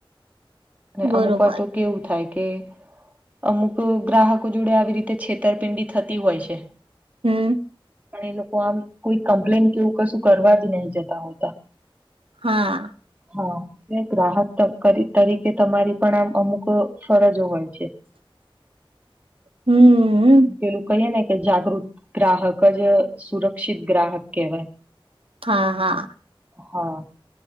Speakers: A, on the right; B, on the right.
A: અને
B: બરોબર
A: અમુક વાર તો કેવું થાય કે કે અમુક ગ્રાહકો જોડે આવી રીતે છેતરપિંડી થતી હોય છે.
B: હમ
A: પણ એ લોકો આમ કોઈ કમ્પ્લેન કેવું કશું કરવા જ નહી જતા હોતા
B: હા
A: હા એ ગ્રાહક તરીકે તમારી પણ આમ અમુક ફરજો હોય
B: હમ
A: <unintelligible> કે જાગૃત ગ્રાહક જ સુરક્ષિત ગ્રાહક કહેવાય
B: હા હા
A: હા